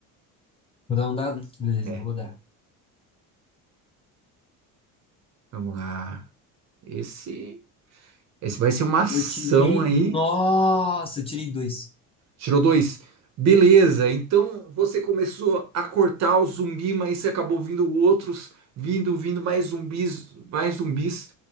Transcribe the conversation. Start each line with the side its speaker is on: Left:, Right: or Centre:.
Left: Vou dar um dado? Beleza,
Right: É,
Left: vou rodar.
Right: vamos lá. Esse, esse vai ser uma ação
Left: Eu tirei.
Right: aí.
Left: Nossa, eu tirei dois.
Right: Tirou dois. Beleza, então você começou a cortar o zumbi, mas você acabou vindo outros, vindo, vindo mais zumbis, mais zumbis,